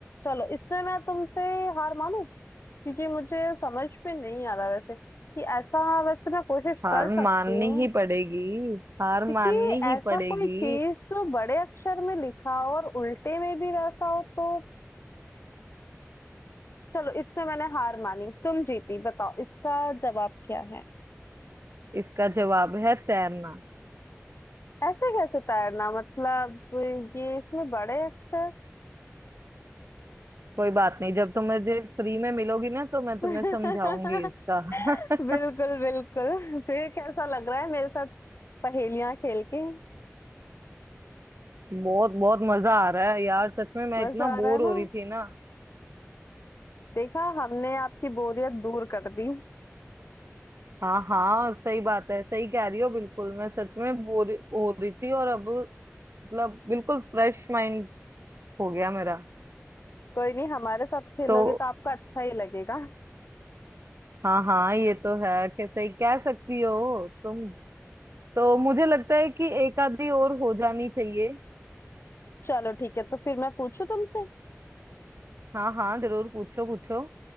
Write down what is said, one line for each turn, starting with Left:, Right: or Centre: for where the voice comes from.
Left: चलो इसमें मैं तुमसे हार मानू क्योंकि मुझे समझ में नहीं आ रहा वैसे कि ऐसा वैसे मैं कोशिश
Right: हार
Left: कर सकती
Right: माननी
Left: हूँ
Right: ही पड़ेगी हार
Left: क्योंकि
Right: माननी
Left: ऐसा
Right: ही पड़ेगी
Left: कोई चीज जो बड़े अक्षर में लिखा हो और उल्टे में भी वैसा हो तो चलो इसमें मैंने हार मानी तुम जीती बताओ इसका जवाब क्या है
Right: इसका जवाब है तैरना
Left: ऐसे कैसे तैरना मतलब ये इसमें बड़े अक्षर
Right: कोई बात नहीं जब तुम मुझे फ्री में मिलोगी ना तो मैं तुम्हें
Left: <laughs>
Right: समझाऊंगी इसका <laughs>
Left: बिल्कुल बिल्कुल फिर कैसा लग रहा है मेरे साथ पहेलियां खेल के
Right: बहुत बहुत मजा आ रहा है यार सच में मैं
Left: मजा
Right: इतना
Left: आ
Right: बोर
Left: रहा है
Right: हो
Left: ना
Right: रही थी ना
Left: देखा हमने आपकी बोरियत दूर कर दी
Right: हाँ हाँ सही बात है सही कह रही हो बिल्कुल मैं सच में बोर हो रही थी और अब मतलब बिल्कुल फ्रेश माइंड हो गया मेरा
Left: कोई नहीं हमारे साथ खेलोगे
Right: तो
Left: तो आपको अच्छा ही लगेगा
Right: हाँ हाँ ये तो है कि सही कह सकती हो तुम तो मुझे लगता है कि एक आधी और हो जानी चाहिए
Left: चलो ठीक है तो फिर मैं पूछू तुमसे
Right: हाँ हाँ जरूर पूछो पूछो